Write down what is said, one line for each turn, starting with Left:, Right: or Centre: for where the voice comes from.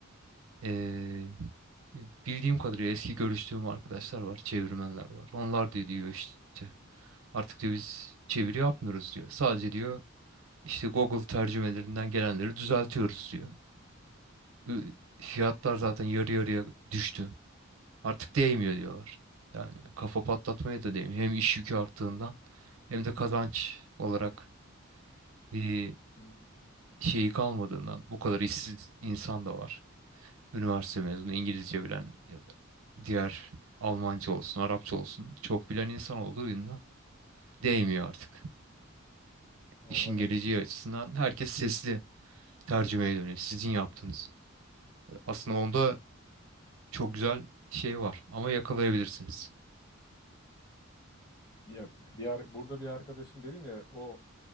Right: Ee, bildiğim kadarıyla eski görüştüğüm arkadaşlar var, çevirmenler var. Onlar diyor, diyor işte artık diyor biz çeviri yapmıyoruz diyor. Sadece diyor İşte Google tercümelerinden gelenleri düzeltiyoruz diyor. Ü- Fiyatlar zaten yarı yarıya düştü. Artık değmiyor diyorlar. Yani kafa patlatmaya da değmiyor. Hem iş yükü arttığından hem de kazanç olarak bir
Left: hmm,
Right: şeyi kalmadığından bu kadar işsiz insan da var. Üniversite mezunu İngilizce bilen ya da diğer Almanca olsun, Arapça olsun çok bilen insan olduğundan değmiyor artık.
Left: Anladım.
Right: İşin geleceği açısından herkes sesli tercümeye dönüyor. Sizin yaptığınız. Aslında onda Çok güzel şey var ama yakalayabilirsiniz.
Left: Ya bir ar- burada bir arkadaşım dedim ya o